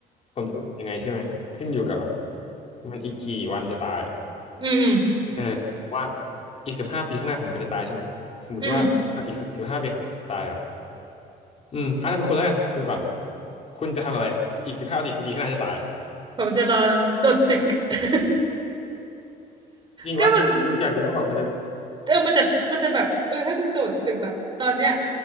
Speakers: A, on the left; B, on the right.
A: ผมจะยังไงใช่ไหมขึ้นอยู่กับแบบมันอีกกี่วันจะตายอะ
B: ืมอืม
A: เออว่าอีกสิบห้าปีข้างหน้าผมอาจจะตายใช่ไหมสมมติว่าอีกสิบห้าปีข้างหน้าตายอ่ะ
B: อืม
A: อืมอาจจะเป็นคุณแล้วกันคุณก่อนคุณจะทำอะไรอีกสิบห้าปีข้างหน้าจะตาย
B: ผมจะรอโดดตึก <laughs>
A: จริงปะคุณจะอยากรู้ว่าแบบมันจะ
B: ก็มันเออมันจะมันจะแบบเออถ้ากูโดดตึกแบบตอนเนี้ย